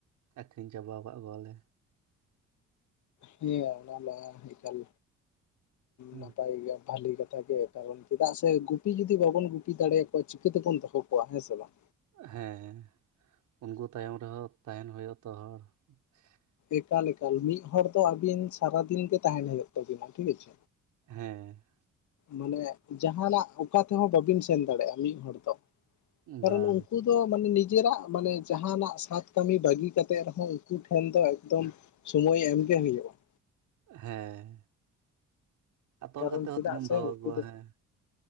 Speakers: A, on the right; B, on the left.
A: ᱟᱠᱷᱨᱤᱧ ᱪᱟᱵᱟᱣ ᱠᱟᱜ ᱠᱚᱣᱟᱞᱮ᱾
B: ᱦᱮᱸ ᱚᱱᱟ ᱢᱟ ᱮᱠᱟᱞ
A: ᱦᱮᱸ
B: ᱱᱟᱯᱟᱭ ᱜᱮᱭᱟ ᱵᱷᱟᱞᱤ ᱠᱟᱛᱷᱟ ᱜᱮ᱾ ᱠᱟᱨᱚᱱ ᱪᱮᱫᱟᱜ ᱥᱮ ᱜᱩᱯᱤ ᱡᱩᱫᱤ ᱵᱟᱵᱚᱱ ᱜᱩᱯᱤ ᱫᱟᱲᱮᱭᱟᱠᱚᱣᱟ ᱪᱤᱠᱟᱹ ᱛᱮᱵᱚᱱ ᱫᱚᱦᱚ ᱠᱚᱣᱟ ᱦᱮᱸ ᱥᱮ ᱵᱟᱝ᱾
A: ᱦᱮᱸ ᱩᱱᱠᱩ ᱛᱟᱭᱚᱢ ᱨᱮᱦᱚᱸ ᱛᱟᱦᱮᱱ ᱦᱩᱭᱩᱜ ᱟᱛᱚ ᱦᱚᱲ᱾ <unintelligible>
B: ᱮᱠᱟᱞ ᱮᱠᱟᱞ ᱢᱤᱫ ᱦᱚᱲ ᱫᱚ ᱟᱵᱤᱱ ᱥᱟᱨᱟᱫᱤᱱ ᱜᱮ ᱛᱟᱦᱮᱱ ᱦᱳᱭᱳᱱ ᱛᱟᱵᱤᱱᱟ <unintelligible>
A: ᱦᱮᱸ
B: ᱢᱟᱱᱮ ᱡᱟᱦᱟᱱᱟᱜ ᱚᱠᱟ ᱛᱮᱦᱚᱸ ᱵᱟᱵᱤᱱ ᱥᱮᱱ ᱫᱟᱲᱮᱜᱼᱟ ᱢᱤᱫᱦᱚᱲ ᱫᱚ ᱠᱟᱨᱚᱱ
A: ᱵᱟᱝ
B: ᱩᱝᱠᱩ ᱫᱚ ᱢᱟᱱᱮ ᱱᱤᱡᱮᱨᱟᱜ ᱢᱟᱱᱮ ᱡᱟᱦᱟᱱᱟᱜ ᱥᱟᱛ ᱠᱟᱢᱤ ᱵᱟᱹᱜᱤ ᱠᱟ ᱠᱟᱛᱮᱫ ᱨᱮᱦᱚ ᱩᱱᱠᱩ ᱴᱷᱮᱱ ᱫᱚ ᱮᱠᱫᱚᱢ ᱥᱳᱢᱳ ᱮᱢᱜᱮ ᱦᱳᱭᱳᱜᱼᱟ ᱾
A: ᱦᱮᱸ ᱟᱨ ᱛᱚᱞ
B: ᱠᱟᱨᱚᱱ
A: ᱠᱟᱛᱮ ᱦᱚᱸ
B: ᱪᱮᱫᱟᱜ
A: ᱛᱤᱱᱟᱹᱜ ᱮᱢ
B: ᱥᱮ
A: ᱫᱚᱦᱚ
B: ᱩᱱᱠᱩ
A: ᱠᱟᱠᱚᱣᱟ
B: ᱫᱚ
A: ᱦᱮᱸ᱾